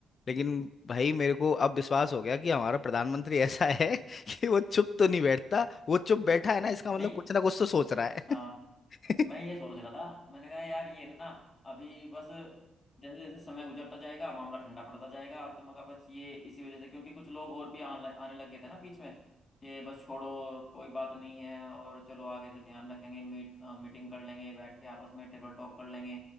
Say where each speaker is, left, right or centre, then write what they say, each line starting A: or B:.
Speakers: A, on the left; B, on the left.
A: लेकिन भाई मेरे को अब विश्वास हो गया कि हमारा प्रधानमंत्री ऐसा है <laughs> कि वो चुप तो नहीं बैठता वो चुप बैठा है ना इसका मतलब
B: नहीं
A: कुछ ना कुछ तो सोच रहा है
B: हाँ मैं ये
A: <laughs>
B: सोच रहा था मैंने कहा यार ये ना अभी बस जैसे जैसे समय गुजरता जाएगा मामला ठंडा पड़ता जाएगा और तो मगर बस ये इसी वजह से क्योंकि कुछ लोग और भी आने आने लग गए थे ना बीच में कि बस छोड़ो कोई बात नहीं है और चलो आगे से ध्यान रखेंगे मीट अ, मीटिंग कर लेंगे बैठ के आपस में टेबल टॉक कर लेंगे